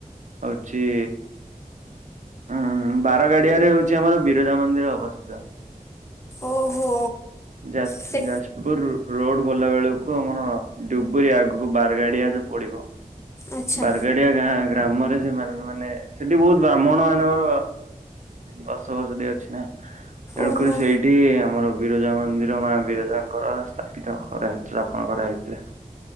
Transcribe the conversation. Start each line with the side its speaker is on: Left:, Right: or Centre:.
Right: ହଉଛି ହୁଁ ବାରଗାଡିଆରେ ହଉଛି ଆମର ବିରଜା ମନ୍ଦିର ଅବସ୍ଥିତ।
Left: ଓହୋ
Right: ଯା
Left: ସେ
Right: ଯାଜପୁର ରୋଡ ଗଲା ବେଳକୁ ଆମର ଡୁବରି ଆଗକୁ ବାରଗାଡିଆ ଯୋଉ ପଡିବ।
Left: ଆଚ୍ଛା
Right: ବାରଗାଡିଆ ଗାଁ ଗ୍ରାମରେ। ମାନେ ସେଠି ବହୁତ ବ୍ରାହ୍ମଣ ମାନଙ୍କର ବସବସତି ଅଛି ନା। ତେଣୁକରି
Left: ଓହୋ
Right: ସେଇଠି ଆମର ବିରଜା ମନ୍ଦିର ମା ବିରଜାଙ୍କର ସ୍ଥାପିତ କରାହେଇଥିଲା ସ୍ଥାପିତ କରାହେଇଥିଲା